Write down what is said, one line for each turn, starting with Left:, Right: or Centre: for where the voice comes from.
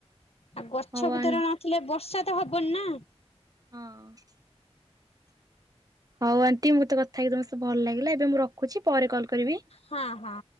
Left: ଆଉ ଗଛ
Right: ହଉ
Left: ପତର
Right: ଆ
Left: ନଥିଲେ ବର୍ଷା ତ ହବନି ନା।
Right: ହଁ। ହଉ ଆଣ୍ଟି ମୋତେ କଥା ହେଇକି ତମ ସହ ଭଲ ଲାଗିଲା, ଏବେ ମୁଁ ରଖୁଛି ପରେ କଲ୍ କରିବି।
Left: ହଁ ହଁ।